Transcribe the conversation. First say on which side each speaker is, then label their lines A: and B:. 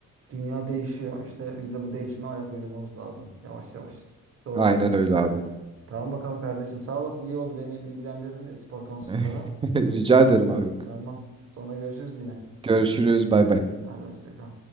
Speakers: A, on the right; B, on the right.
A: Dünya değişiyor. İşte biz de bu değişime ayak uydurmamız lazım. Yavaş yavaş. Doğru
B: Aynen
A: söylüyorsun.
B: öyle abi.
A: Tamam bakalım kardeşim. Sağ olasın. İyi oldu beni bilgilendirdin e-spor konusunda
B: <laughs>
A: da.
B: Rica ederim abi.
A: Tamam. Sonra görüşürüz yine.
B: Görüşürüz. Bay bay.
A: Hadi hoşça kal.